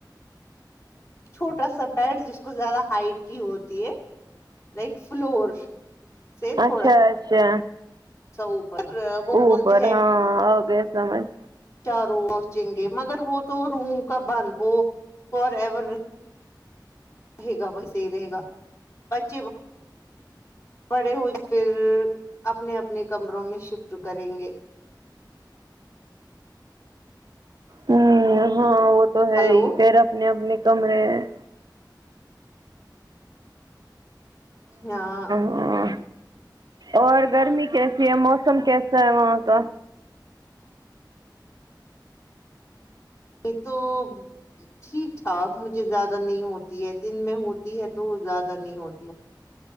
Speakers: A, on the left; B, on the right.
A: چھوٹا سا بیڈ جس کو زیادہ ہائٹ ہی ہوتی ہے لائک فلور سے تھوڑا
B: اچھا اچھا
A: سا اوپر وہ
B: اوپر
A: بولتے
B: ہاں آگیا سمجھ
A: کیا روز چن گے مگر وہ تو روم کا بند وہ فار ایور رہے گا بس یہی رہے گا بچے بڑے ہو پھر اپنے اپنے کمروں میں شفٹ کریں گے
B: ہوں ہاں وہ تو ہے
A: ہلو
B: ہی پھر اپنے اپنے کمرے ہیں
A: جی ہاں
B: اں اور گرمی کیسی ہے موسم کیسا ہے وہاں کا
A: یہ تو ٹھیک ٹھاک مجھے زیادہ نہیں ہوتی ہے دن میں ہوتی ہے تو زیادہ نہیں ہوتی